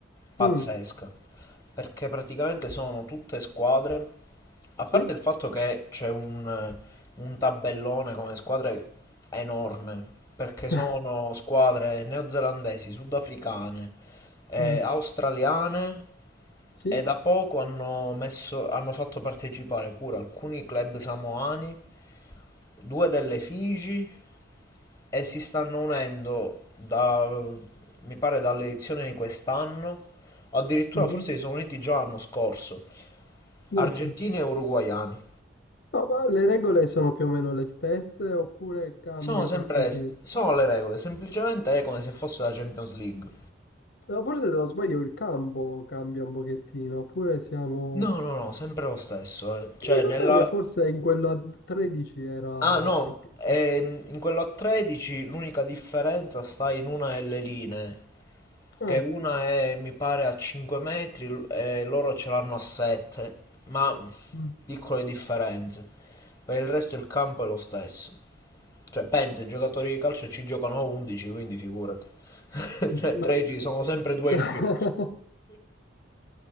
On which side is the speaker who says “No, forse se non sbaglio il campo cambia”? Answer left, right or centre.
Left